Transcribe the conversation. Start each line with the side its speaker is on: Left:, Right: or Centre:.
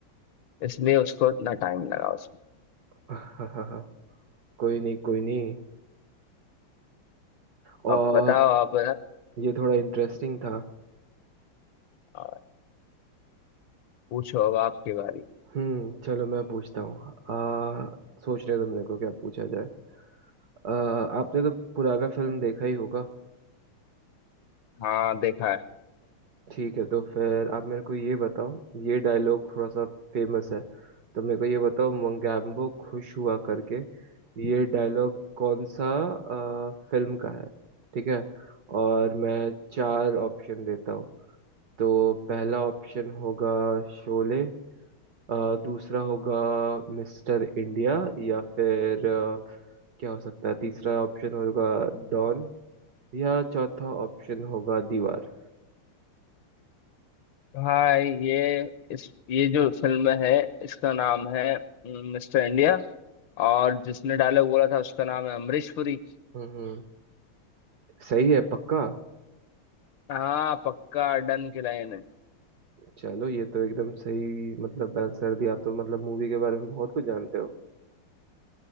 Left: इसलिए उसको इतना टाइम लगा उसमें
Right: <laughs> हाँ हाँ हाँ कोई नहीं कोई नहीं और
Left: अब बताओ आप
Right: ये थोड़ा इंटरेस्टिंग था
Left: आ, पूछो अब आपकी बारी
Right: हम्म चलो मैं पूछता हूँ आ सोचने दो मेरे को क्या पूछा जाए आ, आपने तो पुराना फिल्म देखा ही होगा
Left: हाँ देखा है
Right: ठीक है तो फिर आप मेरे को ये बताओ ये डायलॉग थोड़ा सा फेमस है तो मेरे को ये बताओ मंगेम्बो खुश हुआ करके ये डायलॉग कौन सा आ, फिल्म का है ठीक है और मैं चार ऑप्शन देता हूँ तो पहला ऑप्शन होगा शोले अ, दूसरा होगा मिस्टर इंडिया या फिर अ, क्या हो सकता है तीसरा ऑप्शन होगा डॉन या चौथा ऑप्शन होगा दीवार
Left: भाई ये इस ये जो फिल्म है इसका नाम है मिस्टर इंडिया और जिसने डायलॉग बोला था उसका नाम है अमरीश पुरी
Right: हम्म सही है पक्का
Left: हाँ पक्का डन की लाइन है
Right: चलो ये तो एकदम सही मतलब आंसर दिया आप तो मतलब मूवी के बारे में बहुत कुछ जानते हो